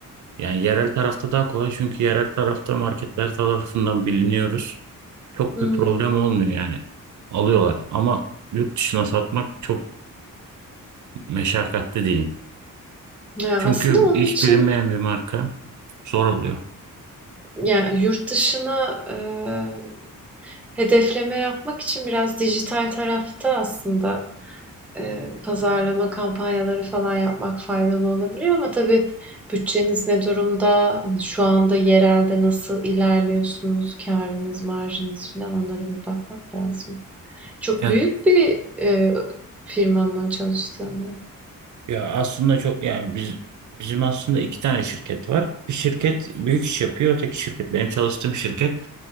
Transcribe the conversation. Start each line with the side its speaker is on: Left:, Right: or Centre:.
Right: yani yerel tarafta daha kolay çünkü yerel tarafta marketler tarafından biliniyoruz. Çok
Centre: Hımm.
Right: bir problem olmuyor yani. Alıyorlar ama yurt dışına satmak çok meşakkatli diyeyim.
Centre: Ya,
Right: Çünkü
Centre: aslında onun
Right: hiç
Centre: için,
Right: bilinmeyen bir marka zor oluyor.
Centre: yani yurt dışına, eee, hedefleme yapmak için biraz dijital tarafta aslında, eee, pazarlama kampanyaları falan yapmak faydalı olabilir ama tabii bütçeniz ne durumda? Hani, şu anda yerelde nasıl ilerliyorsunuz? Kârınız, marjınız filan onlara bir bakmak lazım. Çok
Right: Ya,
Centre: büyük bir, eee, firma mı çalıştığın yer?
Right: ya aslında çok yani biz bizim aslında iki tane şirket var. Bir şirket büyük iş yapıyor, öteki şirket benim çalıştığım şirket